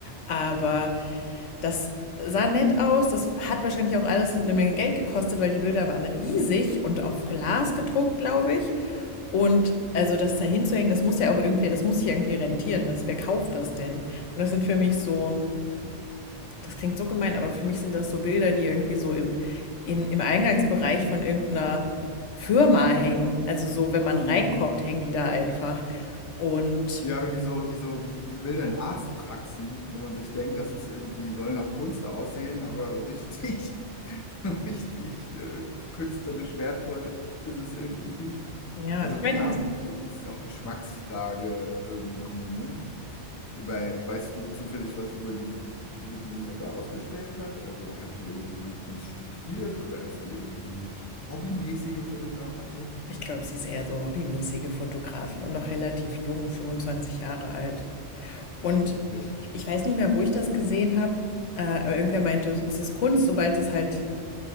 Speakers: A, on the left (about 80°); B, on the left (about 25°).
A: Aber das sah nett aus. Das hat wahrscheinlich auch alles eine Menge Geld gekostet, weil die Bilder waren riesig und auf Glas gedruckt, glaube ich. Und also das da hinzuhängen, das muss ja auch irgendwie, das muss ich ja irgendwie rentieren. Das, wer kauft das denn? Und das sind für mich so, das klingt so gemein, aber für mich sind das so Bilder, die irgendwie so im, in, im Eingangsbereich von irgendeiner Firma hängen. Also so, wenn man reinkommt,
B: Mhm.
A: hängen die da einfach. Und
B: Ja, oder wie so, wie so, wie diese Bilder in Arztpraxen, wo man sich denkt, das ist irgendwie, soll nach Kunst aussehen, aber so richtig, <laughs> so richtig äh, künstlerisch wertvoll ist es irgendwie nicht.
A: ja,
B: Also
A: ich meine,
B: klar, äh, ist auch Geschmacksfrage irgendwie, ne? Weil, weißt du zufällig was über die, über die da ausgestellt hat? Also hat die irgendwie Kunst studiert oder ist die irgendwie hobbymäßige Fotografin?
A: Ich glaube, sie ist eher so hobbymäßige Fotografin und noch relativ jung, 25 Jahre alt. Und
B: Aha, okay.
A: ich weiß nicht mehr, wo ich das gesehen habe, äh, aber irgendwer meinte, es ist Kunst, sobald es halt